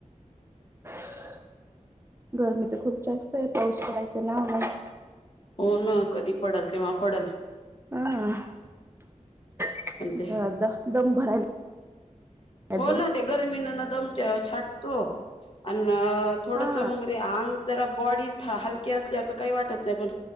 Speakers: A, on the right; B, on the left.
A: - गरमी तर खूप जास्त आहे पाऊस पडायचा ना होणार
B: हो ना कधी पडल तेवग पडल ह
A: ह <inaudible>
B: पण
A: असं
B: ते
A: दम भरायला
B: हो
A: दम
B: ना ते गर्मीन ना एकदम छाटतो आणि थोडस
A: हा
B: मग अंग जरा बॉडी हलके असल्या काही वाटत नाही पण